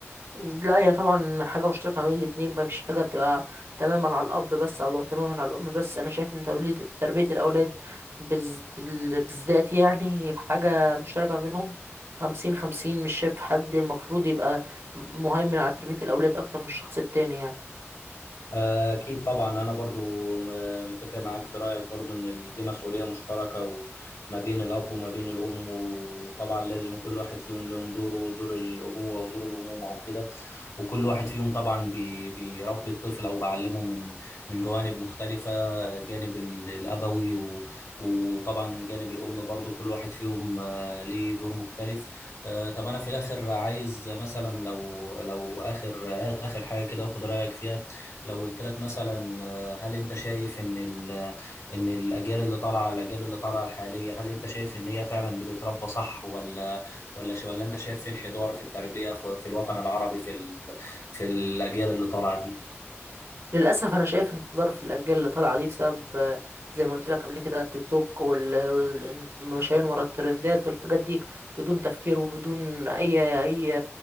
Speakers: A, on the right; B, on the left.
A: لا هي طبعا حاجة مشتركة ما بين الاتنين مفيش حاجة بتبقى تماما على الأب بس أو تماما على الأم بس أنا شايف إن توليد تربية الأولاد بز... بال- بالذات يعني حاجة مشتركة ما بينهم خمسين خمسين مش شايف حد المفروض يبقى مهيمن على تربية الأولاد أكتر من الشخص التاني يعني
B: أكيد طبعا أنا برضو م- متفق معاك في رأيك برضو إن ال- دي مسؤولية مشتركة وما بين الأب وما بين الأم وطبعا لازم كل واحد فيهم لهم دوره دور الأبوة ودور الأمومة وكده وكل واحد فيهم طبعا بي بيربي الطفل أو بعلمه من من جوانب مختلفة جانب ال- الأبوي و- وطبعا من جانب الأم برضو كل واحد فيهم آه، ليه دور مختلف آه، طب أنا في الآخر عايز مثلا لو لو آخر آخر حاجة كده أخد رأيك فيها لو قلت لك مثلا آه، هل انت شايف ان ال- ان الاجيال اللي طالعه الاجيال اللي طالعه الحاليه هل انت شايف ان هي فعلا بتتربى صح ولا ولا ش- ولا انت شايف في انحدار في التربيه خ- في الوطن العربي في ال- في الاجيال اللي طالعه دي
A: للأسف أنا شايف انحدار في الأجيال اللي طالعة دي بسبب آه، زي ما قلت لك قبل كده التيك توك والمشايين ورا الترندات والحاجات دي بدون تفكير وبدون أي أي